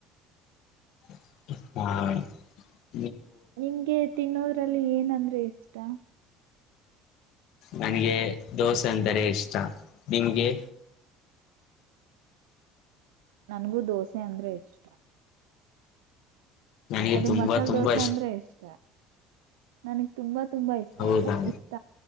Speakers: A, on the left; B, on the right.
A: ಹ್ಮ.
B: ನಿಮ್ಗೆ ತಿನ್ನೋದ್ರಲ್ಲಿ ಏನಂದ್ರೆ ಇಷ್ಟ. <unintelligible>
A: ನನ್ಗೆ ದೋಸೆ ಅಂದರೆ ಇಷ್ಟ ನಿಮ್ಗೆ.
B: ನನ್ಗೂ ದೋಸೆ ಅಂದ್ರೆ ಇಷ್ಟ.
A: ನನಗೆ
B: ಅದು
A: ತುಂಬಾ
B: ಮಸಾಲೆ
A: ತುಂಬಾ
B: ದೋಸೆ ಅಂದ್ರೆ ಇಷ್ಟ. ನನಗ್ ತುಂಬಾ. ತುಂಬಾ ಇಷ್ಟ
A: ಹೌದಾ
B: ಎಲ್ಲ ಇಷ್ಟ.